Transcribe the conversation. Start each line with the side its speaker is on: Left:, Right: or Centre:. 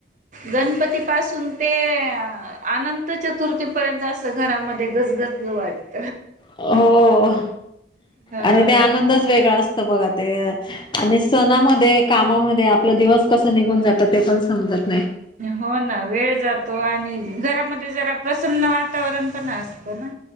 Right: गणपती पासून ते अनं त चतुर्थीपर्यंत असं घरामध्ये गजगज वाटत.
Left: हो
Right: ह
Left: आणि ते आनंदच वेगळा असतो. बघा ते आणि सणामध्ये कामामध्ये आपला दिवस कसा निघून जातो ते पण समजत नाही.
Right: हो ना वेळ जातो आणि घरामध्ये जरा प्रसन्न वातावरण पण असतं ना.